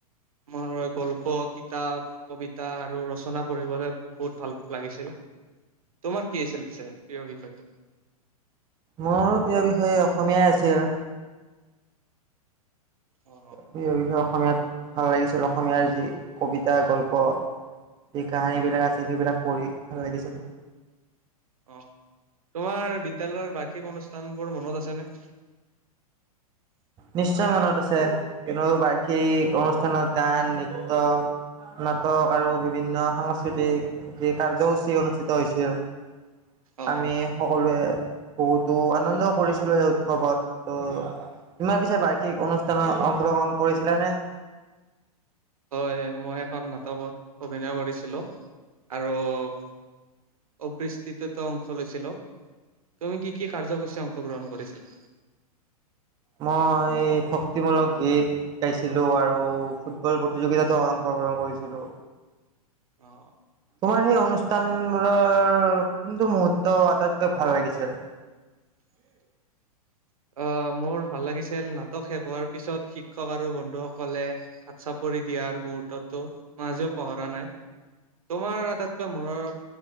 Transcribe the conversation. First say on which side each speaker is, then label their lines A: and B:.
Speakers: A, on the right; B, on the right.
A: মোৰ গল্প কিতাপ কবিতা আৰু ৰচনা পঢ়িবলে বহুত ভাল লাগিছে। তোমাৰ কি আছিল পিছে প্ৰিয় বিষয়টো?
B: মোৰ প্ৰিয় বিষয় অসমীয়াই আছিল।
A: অ'
B: বিষয়ে অসমীয়াত ভাল লাগিছিল অসমীয়াৰ যি কবিতা গল্প <inaudible> সেই কাহানী বিলাক
A: উম,
B: আছিল সেইবিলাক পঢ়ি ভাল লাগিছিল <inaudible>
A: অ তোমাৰ বিদ্যালয়ৰ বাৰ্ষিক অনুষ্ঠান বোৰ মনত আছেনে <inaudible> <unintelligible>
B: নিশ্চয় মনত আছে কিন্ত বাৰ্ষিক অনুষ্ঠানত গান নৃত্য নাটক আৰু বিভিন্ন সাংস্কৃতিক কাৰ্যসূচী অনুষ্ঠিত হৈছিল <inaudible>
A: অ'।
B: আমি সকলোৱে বহুতো আনন্দও কৰিছিলো সেই উৎসৱত ত' ইমান পিছে বাৰ্ষিক অনুষ্ঠানত অংশগ্ৰহণ কৰিছিলেনে <inaudible>
A: হয় মই এখন নাটকত অভিনয় কৰিছিলো আৰু <inaudible> অবস্তৃতত অংশ লৈছিলো তুমি কি কি কাৰ্যসূচী অংশগ্ৰহণ কৰিছিলা <inaudible>
B: মই ভক্তিমূলক গীত গাইছিলো আৰু ফুটবল প্ৰতিযোগিতাতো অংক অংশ গ্ৰহণ কৰিছিলোঁ
A: অ
B: তোমাৰ সেই অনুষ্ঠানবোৰৰ কোনটো মুহুৰৰ্ত আটাইতকৈ ভাল লাগিছিল <inaudible>
A: <unintelligible> অ মোৰ ভাল লাগিছিল নাটক শেষ হোৱাৰ পিছত শিক্ষক আৰু বন্ধুসকলে হাত চাপ পৰি দিয়াৰ মুহুৰৰ্তো মাই আজিও পাহৰা নাই তোমাৰ আটাইতকৈ মূৰত